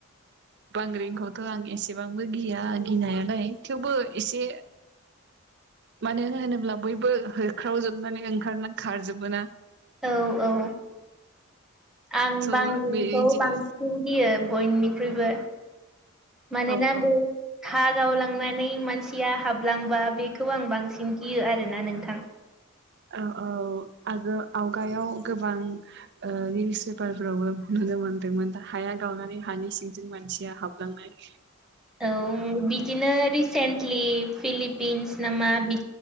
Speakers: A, on the right; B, in the centre.
A: बांग्रिंखौथ' आं एसेबांबो गिया गिनायालाय, थेवबो एसे मानो होनोब्ला बयबो होख्रावजोबनानै ओंखारनानै खारजोबोना।
B: औ औ <inaudible> आं
A: स'
B: बांग्रिंखौ
A: बे बिदिनो
B: बांसिन गियो। बयनिख्रुइबो। मानोना
A: औ औ
B: बे हा गावलांनानै मानसिया हाबलांबा बेखौ आं बांसिन गियो आरोना नोंथां।
A: औ औ आरो आवगायाव गोबां ओ निउस पेपारफोरावबो नुनो मोनदोंमोन, हाया गावनानै हानि सिंजों मान सिया हाबलांनाय।
B: औ बिदिनो रिसेन्टलि फिलिपिन्स नामा बि